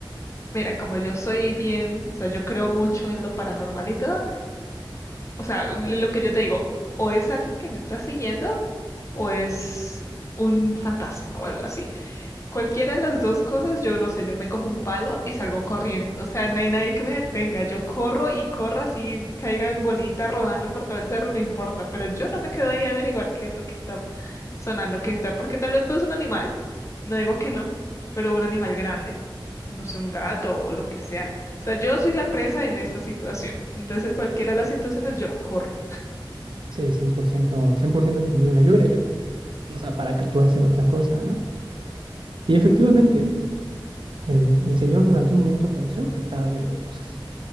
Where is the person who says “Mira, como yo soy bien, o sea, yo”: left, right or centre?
Left